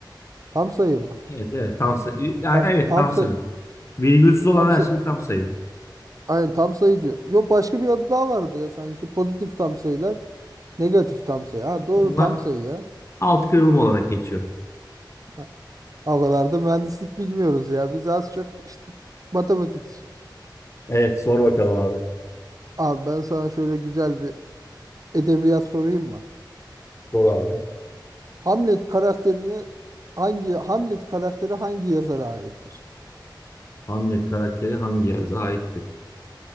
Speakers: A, on the right; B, on the left.
A: Tam sayı mı?
B: Evet evet tam sayı. Yani
A: Tam,
B: evet
A: tam
B: tam
A: sayı.
B: sayı. Virgülsüz olan
A: Tam
B: her
A: sayı.
B: şey tam sayı.
A: Aynen tam sayı diyor. Yok başka bir adı daha vardı ya sanki. Pozitif tam sayılar. Negatif tam sayı. Ha, doğru
B: Bunlar
A: tam sayı ya.
B: alt kırılım olarak geçiyor.
A: Ha, O kadar da mühendislik bilmiyoruz ya. Biz az çok işte matematik.
B: Evet sor bakalım abi.
A: Abi ben sana şöyle güzel bir edebiyat sorayım mı?
B: Sor abi.
A: Hamlet karakterini hangi Hamlet karakteri hangi yazara aittir?
B: Hamlet karakteri hangi yazıya aittir?